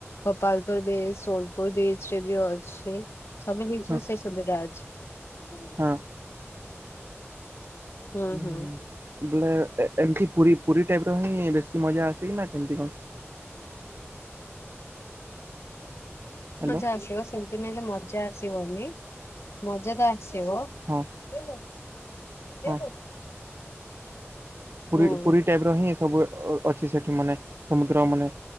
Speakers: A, on the left (about 65°); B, on the right (about 55°).
A: ଗୋପାଳପୁର ବିଚ ସୋନପୁର ବିଚ <unintelligible> ଅଛି। <unintelligible>
B: ହଁ
A: ସେ ସୁବିଧା ଅଛି।
B: ହଁ।
A: ହୁଁ
B: ହଁ
A: ହୁଁ।
B: ବ୍ଲେ ଏମତି ପୁରୀ ପୁରୀ ଟାଇପ ର ହିଁ ବେଶୀ ମଜା ଆସେ କିି ନା କେମତି କଣ? ହ୍ୟାଲୋ
A: ମଜା ଆସିବ ସେମିତି ନାହିଁ ଯେ ମଜା ଆସିବନି ମଜା ତ ଆସିବ।
B: ହଁ।
A: <inaudible>
B: ହଁ। ପୁରୀ
A: ହୁଁ।
B: ପୁରୀ ଟାଇପ ର ହିଁ ସବୁ ଅ ଅଛି ସେଠି ମାନେ ସମୁଦ୍ର ମାନେ